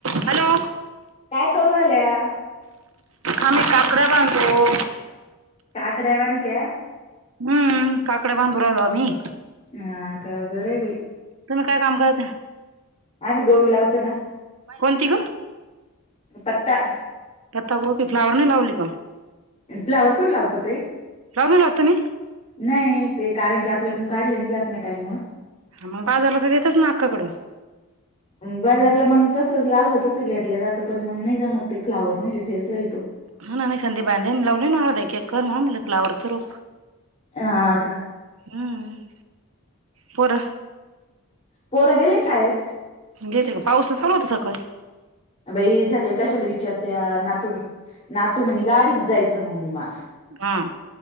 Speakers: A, on the right; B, on the left.
A: Hello.
B: काय करू राहिल्या
A: आम्ही काकड्या बांधतो.
B: काकड्या बांत्या.
A: हम्म काकड्या बांधू राहीलो आम्ही.
B: ह का बरे बाई.
A: तुम्ही काय काम करता आहे.
B: आम्ही गोबी लावतो ना.
A: कोणती ग.
B: पता.
A: पत्ता कोबी फ्लॉवर नाही लावली का?
B: आणि फ्लॉवर कोठ लावतो ताई?
A: फ्लावर नाही लावत तुम्ही
B: नाही ते कारण की आपल्याल काढलं नाही जात नाही टाईमा वर
A: मग बाजारला येतच ना अक्का कड.
B: बाजारला मग तस लागलं तस घेतलं जात पण मग नाही जमत ते फ्लॉवर <unintelligible>
A: ह ना नाही संधी लावले ना के कर म म फलावर तर
B: ह का?
A: हम्म पोर.
B: पोरं गेले ना शाळेत.
A: गेले का पाऊस तर रोजचा होत सकाळी.
B: बाई सकाळी कशाला विचारते ना तू नातू म्हणे गाडीच जायचं मम्मी मला.
A: हा.